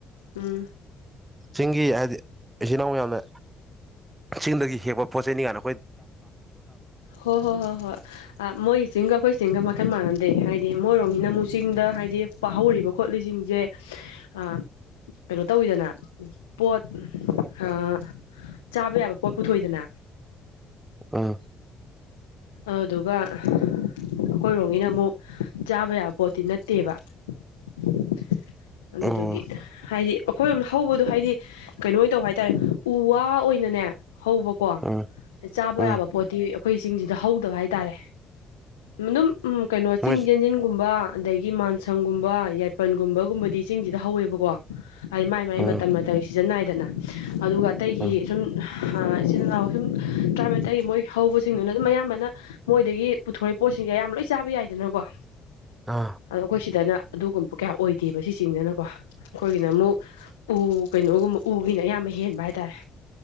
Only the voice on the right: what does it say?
<inaudible> ꯆꯤꯡꯒꯤ ꯍꯥꯏꯗꯤ ꯏꯆꯤꯟ ꯏꯅꯥꯎ ꯃꯌꯥꯝꯅ ꯆꯤꯡꯗꯒꯤ ꯍꯦꯛꯄ ꯄꯣꯠ ꯆꯩꯅꯤ ꯀꯌꯥꯅꯣ
ꯑꯥ
ꯎꯝ
ꯎꯝ
ꯎꯝ
ꯃꯣꯏ
ꯎꯝ
ꯎꯝ
ꯑꯥ